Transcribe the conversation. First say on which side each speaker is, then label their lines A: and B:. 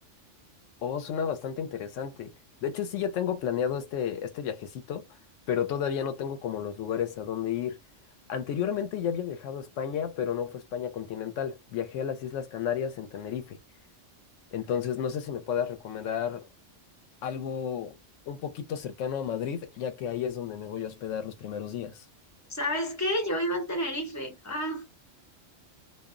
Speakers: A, on the left; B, on the left.
A: Oh, suena bastante interesante. De hecho, sí, ya tengo planeado este, este viajecito, pero todavía no tengo como los lugares a dónde ir. Anteriormente ya había viajado a España, pero no fue España continental. Viajé a las Islas Canarias en Tenerife. Entonces, no sé si me puedas recomendar algo un poquito cercano a Madrid, ya que ahí es donde me voy a hospedar los primeros días.
B: ¿Sabes qué? Yo vivo en Tenerife. Ah,